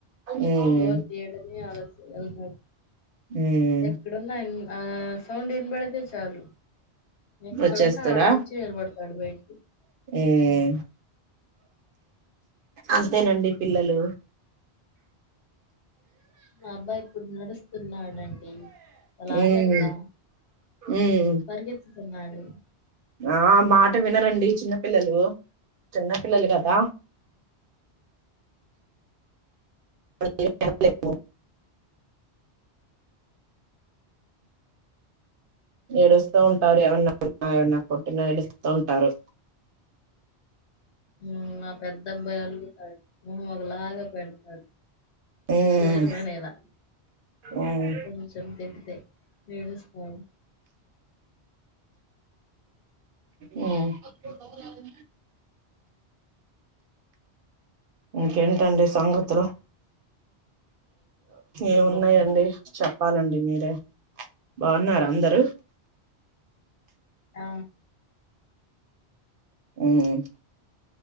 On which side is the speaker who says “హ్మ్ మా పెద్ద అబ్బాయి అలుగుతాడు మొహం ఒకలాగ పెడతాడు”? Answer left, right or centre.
Left